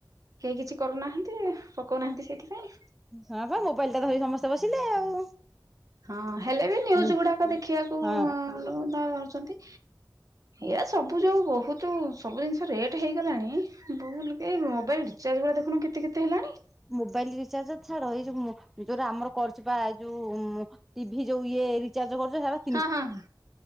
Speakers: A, on the right (about 45°); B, in the centre.
A: କେହି କିଛି କରୁନାହାନ୍ତି ପକାଉନାହାଁନ୍ତି ସେଇଥିପାଇଁ।
B: ହଁ ବା ମୋବାଇଲଟା ଧରି ସମସ୍ତେ ବସିଲେ ଆଉ
A: ହଁ ହେଲେ ବି ନ୍ୟୁଜଗୁଡ଼ାକ
B: ମୁଁ
A: ଦେଖିବାକୁ
B: ହଁ
A: ରୁ ତାଙ୍କର ଧରୁଛନ୍ତି ଇଆ ସବୁ ଯୋଉ ବହୁତ ସବୁ ଜିନିଷ ରେଟ୍ ହେଇଗଲାଣି ଭୁଲ କି ମୋବାଇଲ୍ ରିଚାର୍ଜ ଗଡ଼ା ଦେଖୁନୁ କେତେ କେତେ ହେଲାଣି।
B: ମୋବାଇଲ ରିଚାର୍ଜ ଛାଡ଼ ଏ ଯଉ ଯୋଉ ରା ଆମର କରୁଛୁ ପା ଯୋଉ ମଁ ଟିଭି ଯଉ ଇଏ ରିଚାର୍ଜ କରୁଛ ହେରା
A: ହଁ- ହଁ-